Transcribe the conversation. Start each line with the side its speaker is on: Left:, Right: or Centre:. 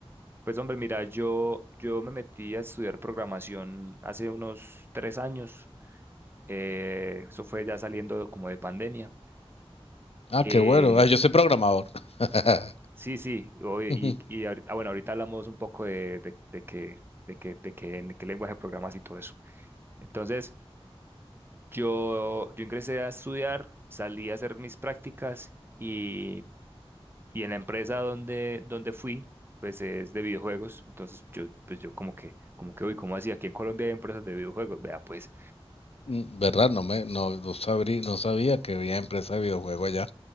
Right: pues hombre, mira, yo, yo me metí a estudiar programación hace unos tres años. eh, eso fue ya saliendo como de pandemia.
Left: Ah,
Right: Eh,
Left: qué bueno. Ah, yo soy programador. <laughs>
Right: Sí, sí, o- y,
Left: Ujú.
Right: y ahorita, ah, bueno, ahorita hablamos un poco de, de, de que, de que, de que en qué lenguaje programas y todo eso. Entonces, yo, yo ingresé a estudiar, salí a hacer mis prácticas y, y en la empresa donde, donde fui, pues es de videojuegos. Entonces, yo, pues yo como que, como que, uy, ¿cómo así? Aquí en Colombia hay empresas de videojuegos. Vea, pues,
Left: Mm, ¿Verdad? No me, no, no sabrí- no sabía que había empresa de videojuegos allá.